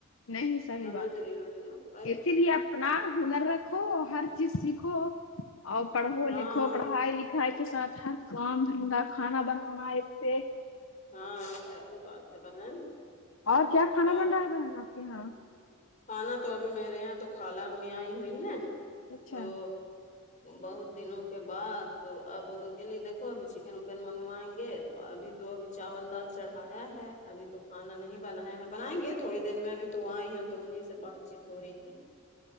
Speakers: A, on the left (about 70°); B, on the left (about 35°).
A: نہیں صحیح
B: سمجھ
A: بات
B: رہی ہونا نیہہ
A: اسی لیے اپنا ہنر رکھو ہر چیز سیکھو اور پڑھو
B: ہاں
A: لکھو پڑھائی لکھائی کے ساتھ ہر کام دھندا کھانا بنانا ایک سےایک
B: ہاں صحیح بات ہے بہن
A: اور کیا
B: اور
A: کھانا پینا
B: کھانا تو ابھی میرے یہاں تو خالہ امی آںی ہوئی ہیں
A: اچھا
B: تو
A: ہے
B: بہت دنوں کے بعد تو اب ان کے لے دیکھو چکن وکن منگوائیں گے تو ابھی تو ابھی چاول دال چڑھایا ہے ابھی تو کھانا نہیں بنایا ہے بنائیں گے تھوڑی دیر میں ابھی تو آئی ہے تو انہیں سے بات چیت ہو رہی تھی